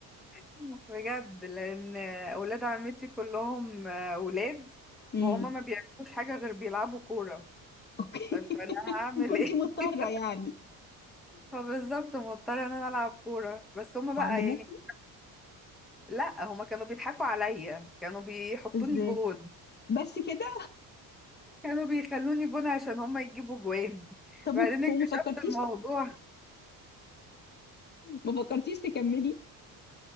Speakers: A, in the centre; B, on the left.
A: <laughs> بجد لأن أولاد عمتي كلهم آه، أولاد
B: امم
A: فهم ما بيعملوش حاجة غير بيلعبوا كورة
B: اوكي
A: طب فأنا
B: <laughs>
A: هعمل
B: كنت
A: إيه
B: مضطره
A: <laughs>
B: يعني
A: فبالظبط مضطرة إن أنا ألعب كورة بس هما بقى
B: وعلموكي
A: يعني لا هما كانوا بيضحكوا عليا كانوا بيحطوني
B: ازاي
A: جول
B: بس كده
A: كانوا بيخلوني جون عشان هما يجيبوا جوان <laughs>
B: طب
A: بعدين
B: <laughs> و-
A: اكتشفت
B: وما فكرتيش
A: الموضوع
B: ما فكرتيش تكملي